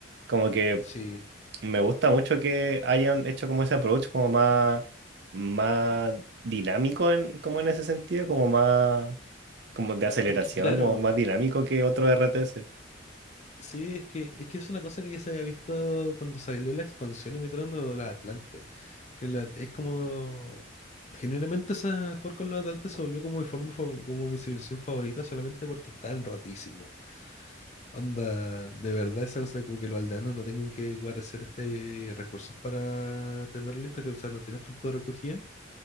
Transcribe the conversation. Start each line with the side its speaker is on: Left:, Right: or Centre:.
Right: Como que
Left: sí.
Right: me gusta mucho que hayan hecho como ese approach como más, más dinámico en, como en ese sentido, como más como de aceleración,
Left: Es que claro,
Right: como más dinámico que otro R T RTS.
Left: sí, es que, es que es una cosa que ya se había visto cuando salió la expansión y metieron a la Atlante. Que la- es como. Genuinamente esa, jugar con los Atlantes se volvió como mi forma, fa- como mi civilización favorita solamente porque estaban rotísimos. Onda, de verdad, esa cosa de como que los aldeanos no tengan que guardar este recursos para tener listo, que o sea, no tienes punto de recogida.